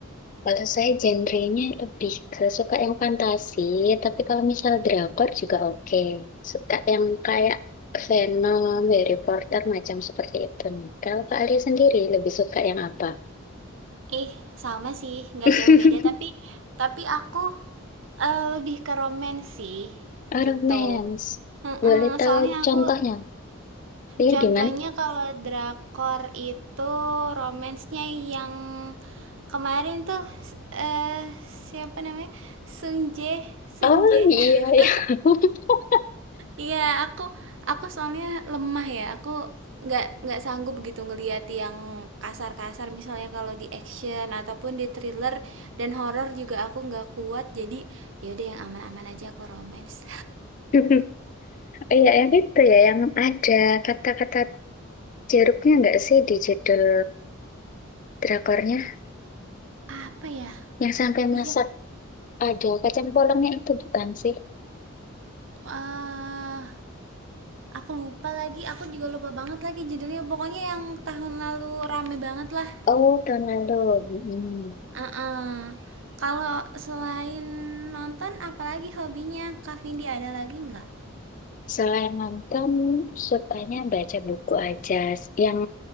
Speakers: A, on the left; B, on the right.
A: Kalau saya genrenya lebih ke suka yang fantasi, tapi kalau misal drakor juga oke. Suka yang kayak Venom, Harry Potter, macam seperti itu nih. Kalau Kak Alia sendiri lebih suka yang apa?
B: Ih, sama sih, nggak
A: <laughs>
B: jauh beda. Tapi, tapi aku eh, lebih ke romance sih,
A: Romance.
B: gitu. Mm-mm,
A: Boleh tahu
B: soalnya aku,
A: contohnya? Iya
B: contohnya
A: gimana?
B: kalau drakor itu romansnya yang kemarin tuh, s- eh, siapa namanya? Sunje, Sunje.
A: Oh iya,
B: <laughs>
A: iya. <laughs>
B: Iya, aku aku soalnya lemah ya. Aku nggak nggak sanggup begitu ngelihat yang kasar-kasar misalnya kalau di action ataupun di thriller dan horor juga aku nggak kuat. Jadi ya udah yang aman-aman aja aku romance.
A: Oh, Iya yang itu ya yang ada kata-kata jeruknya nggak sih di judul drakornya?
B: <laughs> Apa ya?
A: Yang sampai masak
B: Iya,
A: ada kacang polongnya itu bukan sih?
B: eh aku lupa lagi. Aku juga lupa banget lagi judulnya. Pokoknya yang tahun lalu rame banget lah.
A: Oh tahun lalu. Mm.
B: Heeh. Kalau selain nonton, apalagi hobinya Kak Vindi ada lagi nggak?
A: Selain nonton, sukanya baca buku aja yang